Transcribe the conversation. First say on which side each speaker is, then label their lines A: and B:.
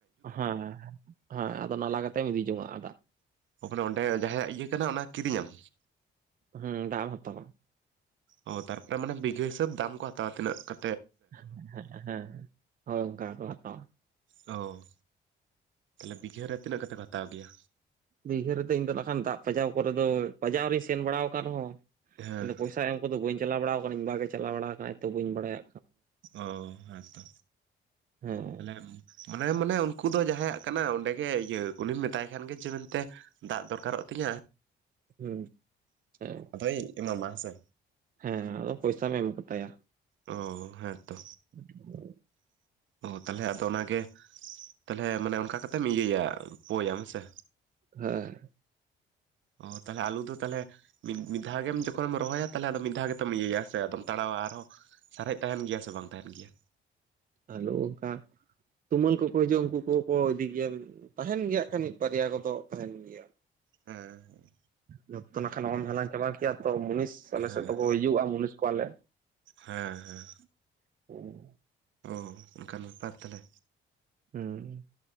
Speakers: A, on the right; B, on the right.
A: ᱦᱮᱸ ᱦᱮᱸ ᱦᱮᱸ, ᱦᱮᱸ ᱟᱫᱚ ᱱᱟᱞᱟ ᱠᱟᱛᱮᱜ ᱮᱢ ᱤᱫᱤ ᱡᱚᱝᱟᱜ-ᱟ ᱫᱟᱜ᱾
B: ᱟᱨ ᱛᱟᱞᱦᱮ ᱚᱸᱰᱮ ᱡᱟᱦᱟᱸᱭᱟᱜ ᱤᱭᱟᱹ ᱠᱟᱱᱟ ᱚᱱᱟ ᱠᱤᱨᱤᱧᱟᱢ?
A: ᱦᱩᱸ, ᱫᱟᱜ-ᱮᱢ ᱦᱟᱛᱟᱣᱟᱢ᱾
B: ᱚ, ᱛᱟᱨᱯᱚᱨᱮ ᱢᱟᱱᱮ ᱵᱤᱜᱷᱟᱹ ᱦᱤᱥᱟᱹᱵᱽ ᱫᱟᱢ ᱠᱚ ᱦᱟᱛᱟᱣᱟ ᱛᱤᱱᱟᱹᱜ ᱠᱟ
A: ᱦᱮᱸ ᱦᱮᱸ ᱦᱮᱸ, ᱦᱳᱭ ᱚᱝᱠᱟ ᱜᱮᱠᱚ ᱦᱟᱛᱟᱣᱟ᱾
B: ᱚ᱾ ᱛᱟᱞᱦᱮ ᱵᱤᱜᱷᱟᱹ ᱨᱮ ᱛᱤᱱᱟᱹᱜ ᱠᱟᱛᱮᱜ ᱠᱚ ᱦᱟᱛᱟᱣ ᱜᱮᱭᱟ?
A: ᱵᱤᱜᱷᱟᱹ ᱨᱮᱫᱚ ᱤᱧ ᱫᱚ ᱱᱟᱜ ᱠᱷᱟᱱ ᱫᱟᱜ ᱯᱟᱡᱟᱣ ᱠᱚᱨᱮ ᱫᱚ, ᱯᱟᱡᱟᱣ ᱨᱤᱧ ᱥᱮᱱ ᱵᱟᱲᱟᱣ ᱠᱟᱱ ᱨᱮᱦᱚᱸ
B: ᱦᱮᱸ
A: ᱢᱟᱱᱮ ᱯᱚᱭᱥᱟ ᱮᱢ ᱠᱚᱫᱚ ᱵᱟᱹᱧ ᱪᱟᱞᱟᱣ ᱵᱟᱲᱟᱣ ᱠᱟᱱᱟᱹᱧ, ᱤᱧ ᱵᱟ ᱜᱮ ᱪᱟᱞᱟᱣ ᱵᱟᱲᱟ ᱠᱟᱱᱟᱭ ᱛᱚ ᱵᱟᱹᱧ ᱵᱟᱲᱟᱭᱟ᱾
B: ᱚ, ᱦᱮᱸᱛᱚ
A: ᱦᱮᱸ
B: ᱢᱟᱱᱮ ᱢᱟᱱᱮ ᱢᱟᱱᱮ ᱩᱱᱠᱩ ᱫᱚ ᱡᱟᱦᱟᱸᱭᱟᱜ ᱠᱟᱱᱟ ᱚᱸᱰᱮᱜᱮ ᱤᱭᱟᱹ ᱩᱱᱤᱢ ᱢᱮᱛᱟᱭ ᱠᱷᱟᱱ ᱜᱮ ᱡᱮ ᱢᱮᱱᱛᱮ ᱫᱟᱜ ᱫᱚᱨᱠᱟᱨᱚᱜ ᱛᱤᱧᱟᱹ᱾
A: ᱦᱩᱸ, ᱦᱮᱸ᱾
B: ᱛᱚᱭ ᱮᱢᱟᱢᱟ ᱦᱮᱸᱥᱮ,
A: ᱦᱮᱸ ᱦᱮᱸ ᱟᱫᱚ ᱯᱚᱭᱥᱟᱢ ᱮᱢ ᱠᱟᱛᱟᱭᱟ᱾
B: ᱚ ᱦᱮᱸ ᱛᱚ,
A: <inaudible>
B: ᱚ ᱛᱟᱦᱞᱮ ᱟᱫᱚ ᱚᱱᱟᱜᱮ, ᱛᱟᱦᱚᱞᱮ ᱢᱟᱱᱮ ᱚᱱᱠᱟ ᱠᱟᱛᱮᱢ ᱤᱭᱟᱹᱭᱟ ᱯᱳᱭᱟᱢ ᱦᱮᱸᱥᱮ,
A: ᱦᱮᱸ᱾
B: ᱚ ᱛᱟᱦᱚᱞᱮ ᱟᱞᱩ ᱫᱚ ᱛᱟᱦᱚᱞᱮ, ᱢᱤᱫ ᱢᱤᱫ ᱫᱷᱟᱣ ᱜᱮᱢ ᱡᱚᱠᱷᱚᱱᱮᱢ ᱨᱚᱦᱚᱭᱟ ᱛᱟᱦᱚᱞᱮ ᱟᱫᱚ ᱢᱤᱫ ᱫᱷᱟᱣ ᱜᱮᱛᱚᱢ ᱤᱭᱟᱹᱭᱟ ᱦᱮᱸᱥᱮ ᱟᱫᱚᱢ ᱛᱟᱲᱟᱣᱟ ᱟᱨᱦᱚᱸ, ᱥᱟᱨᱮᱜ ᱛᱟᱦᱮᱱ ᱜᱮᱭᱟ ᱥᱮ ᱵᱟᱝ ᱛᱟᱦᱮᱱ ᱜᱮᱭᱟ?
A: ᱟᱞᱳ ᱚᱱᱠᱟ, ᱛᱩᱢᱟᱹᱞ ᱠᱚᱠᱚ ᱦᱤᱡᱩᱜᱼᱟ ᱩᱝᱠᱩ ᱠᱚᱠᱚ ᱤᱫᱤ ᱜᱮᱭᱟ ᱛᱟᱦᱮᱱ ᱜᱮᱭᱟ ᱦᱟᱸᱜ ᱠᱷᱟᱱ ᱢᱤᱫ ᱵᱟᱨᱭᱟ ᱠᱚᱫᱚ ᱛᱟᱦᱮᱱ ᱜᱮᱭᱟ᱾
B: ᱦᱮᱸ
A: ᱡᱚᱛᱛᱚ ᱱᱟᱠᱷᱟᱱ ᱚᱦᱚᱢ ᱦᱟᱞᱟᱝ ᱪᱟᱵᱟ ᱠᱮᱭᱟ ᱛᱚ ᱢᱩᱱᱤᱥ, ᱥᱟᱞᱮᱥᱮᱫ
B: ᱦᱮᱸ
A: ᱛᱮᱠᱚ
B: ᱦᱮᱸ
A: ᱦᱤᱡᱩᱜᱼᱟ ᱢᱩᱱᱤᱥ ᱠᱚᱣᱟᱞᱮ,
B: ᱦᱮᱸ ᱦᱮᱸ,
A: <inaudible>
B: ᱚ ᱚᱱᱠᱟᱱ ᱵᱮᱯᱟᱨ ᱛᱟᱦᱚᱞᱮ᱾
A: ᱦᱩᱸ,